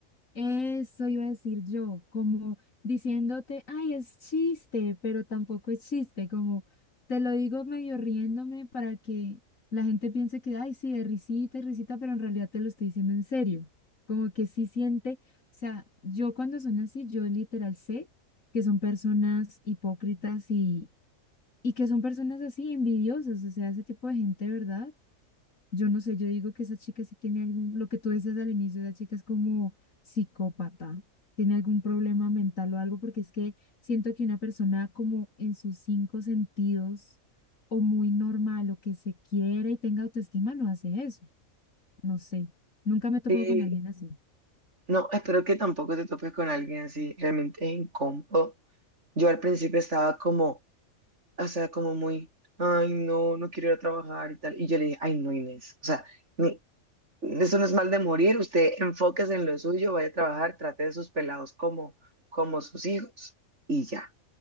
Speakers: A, on the left (about 65°); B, on the right (about 55°).
A: Eso iba a decir yo, como diciéndote, ay, es chiste, pero tampoco es chiste, como te lo digo medio riéndome para que la gente piense que, ay, sí, de risita y risita, pero en realidad te lo estoy diciendo en serio, como que sí siente, o sea, yo cuando son así, yo literal sé que son personas hipócritas y, y que son personas así envidiosas, o sea, ese tipo de gente, ¿verdad? Yo no sé, yo digo que esa chica sí tiene algún, lo que tú decías al inicio, esa chica es como psicópata, tiene algún problema mental o algo, porque es que siento que una persona como en sus cinco sentidos o muy normal o que se quiere y tenga autoestima no hace eso, no sé, nunca me he topado
B: Sí,
A: con alguien así.
B: No, espero que tampoco te topes con alguien así, realmente es incómodo. Yo al principio estaba como, o sea, como muy, ay, no, no quiero ir a trabajar y tal. Y yo le dije, ay, no, Inés, o sea, ni- eso no es mal de morir, usted enfóquese en lo suyo, vaya a trabajar, trate de sus pelados como, como sus hijos y ya.